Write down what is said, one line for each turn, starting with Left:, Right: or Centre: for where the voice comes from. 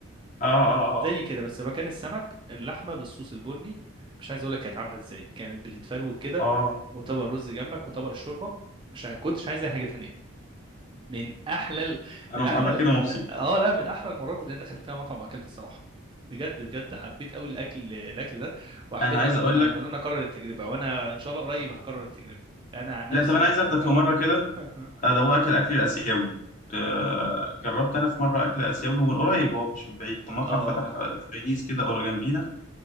Left: اه اه
Right: زي
Left: اه
Right: كده بس مكان السمك اللحمه بالصوص البني مش عايز اقول لك كانت عامله ازاي كانت بتتفروت كده
Left: اه
Right: وطبق رز جنبك وطبق الشوربه مش عايز كنتش عايز اي حاجه تانية من احلى ال-
Left: انا
Right: من احلى
Left: انا
Right: ال-
Left: كده
Right: من
Left: مبسوط
Right: اه لا من احلى المرات اللي انا دخلت فيها مطعم واكلت الصراحه بجد بجد حبيت قوي الاكل الاكل ده وحبيت
Left: انا عايز
Right: قوي ان
Left: اقول
Right: انا
Left: لك
Right: ان انا اكرر التجربه وانا ان شاء الله قريب هكرر التجربه انا عن نفسي
Left: لا طب انا عايز اخدك
Right: <laughs>
Left: في
Right: هروح
Left: مره كده
Right: <laughs>
Left: آه، ده هو اكل اكل الاسيوي آه، جربت انا في مره اكل اسيوي ومن قريب هو مش من بعيد كان مطعم
Right: اه
Left: فتح آه، تشاينيز كده قريب جنبينا